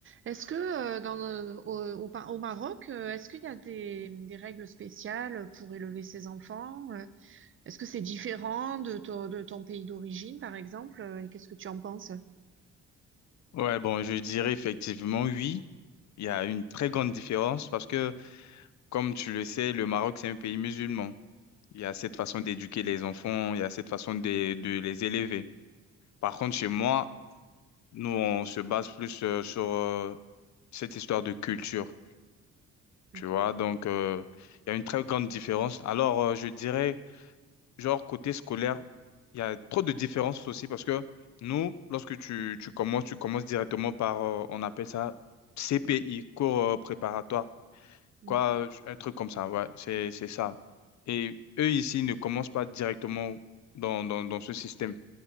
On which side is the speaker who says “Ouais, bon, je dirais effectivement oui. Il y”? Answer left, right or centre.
Left